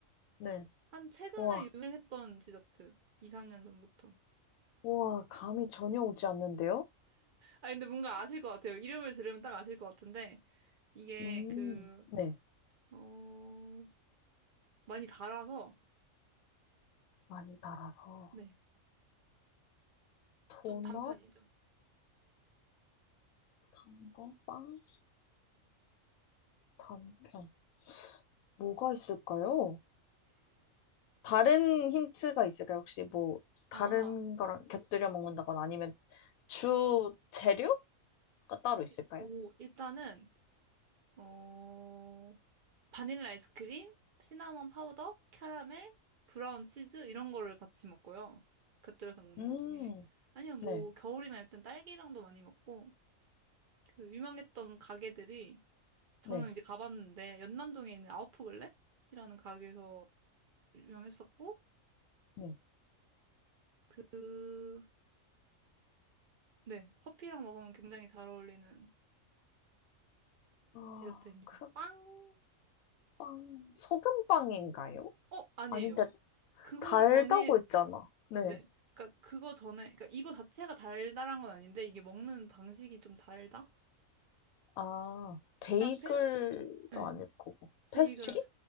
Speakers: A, on the left; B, on the right.
A: 네.
B: 한 최근에
A: 우와,
B: 유행했던 디저트 2, 3년 전부터.
A: 우와, 감이 전혀 오지 않는데요?
B: 아 근데 뭔가 아실 것 같아요. 이름을 들으면 딱 아실 것 같은데 이게
A: 음,
B: 그,
A: 네.
B: 어, 많이 달아서
A: 많이 달아서.
B: 네,
A: 도넛,
B: 좀 단편이죠.
A: 단 거? 빵, 단편. 뭐가 있을까요? 다른 힌트가 있을까요? 혹시 뭐 다른
B: 아,
A: 거랑 곁들여 먹는다거나 아니면 주 재료가 따로 있을까요?
B: 이- 오, 일단은 어, 바닐라 아이스크림, 시나몬 파우더, 캐러멜, 브라운 치즈 이런 거를 같이 먹고요. 곁들여서 먹는
A: 음,
B: 것 중에. 아니면
A: 네,
B: 뭐 겨울이나 일단 딸기랑도 많이 먹고 그 유명했던 가게들이 저는
A: 네,
B: 이제 가봤는데 연남동에 있는 아웃프글렛이라는 가게에서 유명했었고
A: 네.
B: 그 네, 커피랑 먹으면 굉장히 잘 어울리는
A: 아,
B: 디저트입니다.
A: 그
B: 빵!
A: 빵, 소금빵인가요?
B: 어, 아니에요.
A: 아닌데,
B: 그거
A: 달다고
B: 전이
A: 했잖아. 네.
B: 네. 그러니까 그거 전에, 그러니까 이거 자체가 달달한 건 아닌데 이게 먹는 방식이 좀 달다?
A: 아, 베이글도
B: 약간 페, 네.
A: 아닐 거고.
B: 베이글,
A: 페스트리